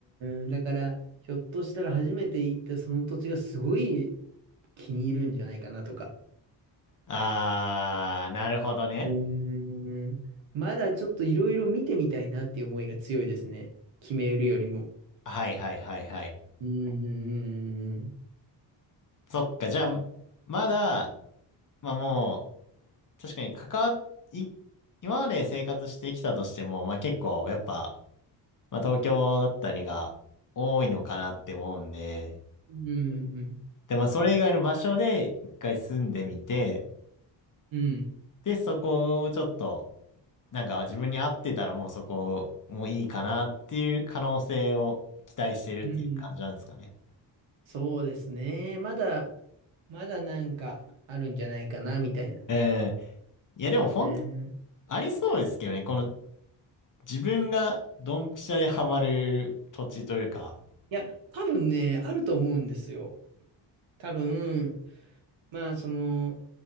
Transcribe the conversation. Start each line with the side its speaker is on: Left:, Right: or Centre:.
Right: ーん、だからひょっとしたら初めて行ったその土地がすごい気に入るんじゃないかなとか。
Left: ああ、なるほどね。
Right: うーん。まだちょっといろいろ見てみたいなっていう思いが強いですね。決めるよりも。
Left: はいはいはいはい。
Right: うん、うん、うん、うん。
Left: そっか、じゃあ、まだ、まあもう、確かに関わっ、い、今まで生活してきたとしても、まあ結構、やっぱ、まあ東京だったりが多いのかなって思うんで、
Right: うん、うん、
Left: でもそれ以外の場所で一回住んでみて、
Right: うん。
Left: で、そこをちょっと、なんか自分に合ってたらもうそこもいいかなっていう可能性を期待してるっていう感じなんですかね。
Right: うんそうですね。まだ、まだなんかあるんじゃないかな、みたいな。
Left: ええいやでも本当
Right: うん。い
Left: ありそうですけどね。この自分がドンピシャでハマる土地というか。
Right: や、多分ね、あると思うんですよ。多分、まあ、その、